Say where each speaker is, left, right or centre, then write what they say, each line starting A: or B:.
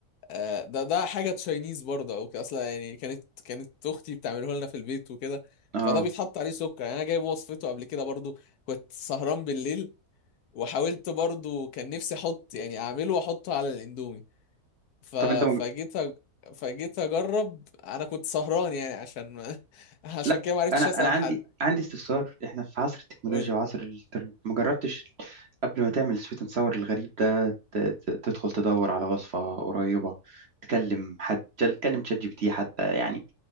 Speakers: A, on the left; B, on the right.
A: آه، ده ده حاجه تشاينيز برضه او كده اصلا يعني كانت كانت اختي بتعمله لنا في البيت وكده
B: اه
A: فده بيتحط عليه سكر يعني انا جايب وصفته قبل كده برضه كنت سهران بالليل وحاولت برضه كان نفسي احط يعني اعمله واحطه على الاندومي ف...
B: طب انت مج...
A: فجيت أ... فجيت اجرب انا كنت سهران يعني عشان ما... <laughs> عشان
B: لا
A: كده ما عرفتش
B: انا انا
A: اسال
B: عندي
A: حد
B: عندي استفسار احنا في عصر التكنولوجيا
A: قول
B: وعصر الانترنت ما جربتش قبل ما تعمل سويت اند ساور الغريب ده ت... ت- تدخل تدور على وصفة قريبة تكلم حد تل- تكلم تشات جي بي تي حتى يعني